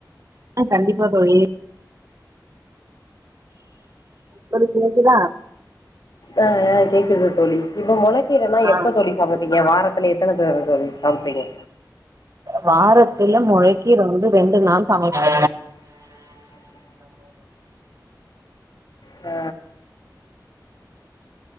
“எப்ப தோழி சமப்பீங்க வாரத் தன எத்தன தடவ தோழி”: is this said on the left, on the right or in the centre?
Left